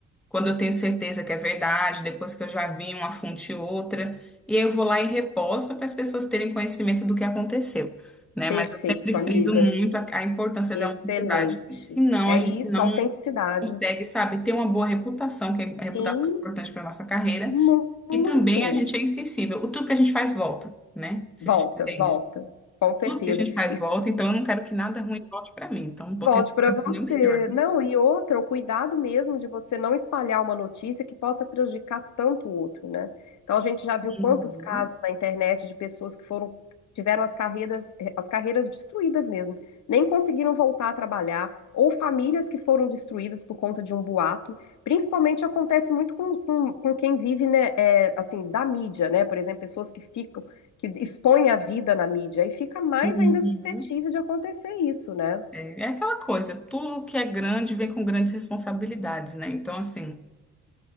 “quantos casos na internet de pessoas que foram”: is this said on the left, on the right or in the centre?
Left